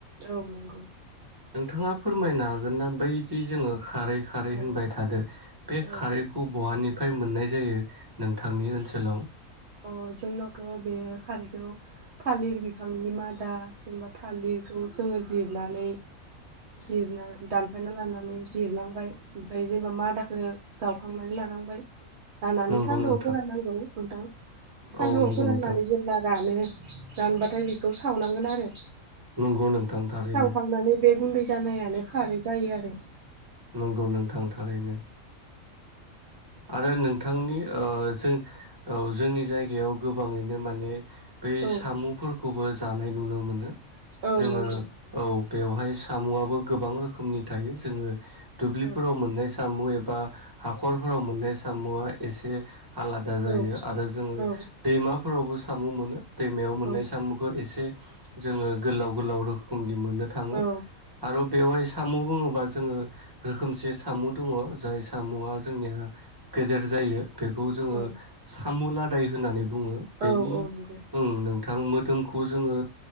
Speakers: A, on the right (about 60°); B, on the right (about 15°).
A: औ नंगौ।
B: नोंथाङा फोरमायनो हागोन ना बैदि जोङो खारै खारै
A: औ
B: होनबाय थादो बे
A: औ
B: खारै औवानिफ्राय मोननाय जायो। नोंथांनि ओनसोलाव
A: अ जोंनावथ' बे खारैखौ थालिर बिफांनि मादा जेनेबा थालिरखौ जोङो जिरनानै जिरना दानफायना लानानै जिरनांबाय ओमफाय जेनेबा मादाखो जावखांनानै लानांबाय लानानै
B: नंगौ
A: सान्दुंङाव
B: नोंथां
A: फोराननांगौ। नोंथां। सान्दुंङाव
B: औ नंगौ
A: फोराननानै
B: नोंथां
A: जेब्ला रानो रानबाथाय बेखौ सावनांगोन आरो।
B: नंगौ नोंथां थारैनो
A: सावखांनानै बे गुन्दै जानायानो खारै जायो आरो।
B: नंगौ नोंथां। थारैनो। आरो नोंथांनि ओ जों औ जोंनि जायगायाव गोबाङैनो माने बै
A: औ
B: सामुफोर खौबो जानाय नुनो मोनो।
A: औ
B: जोङो
A: नंगौ
B: औ बेवहाय सामुवाबो गोबां रोखोमनि थायो जोङो दुब्लिफोराव
A: औ
B: मोननाय सामु एबा हाखर फोराव मोननाय सामुआ एसे आलादा जायो
A: औ
B: आरो जोङो
A: औ
B: दैमा फोरावबो सामु मोनो दैमायाव मोननाय
A: औ
B: सामुखो एसे जोङो गोलाव गोलाव रोखोमनि मोननो थाङो
A: औ
B: आरो बेवहाय सामु बुङोबा जोङो रोखोमसे सामु दङ जाय सामुआ जोंनिया गेदेर जायो बेखौ जोङो
A: औ
B: सामुलादाय होननानै बुङो बेनि
A: औ औ नंगौ
B: ओं नोंथां मोदोम खौ जोङो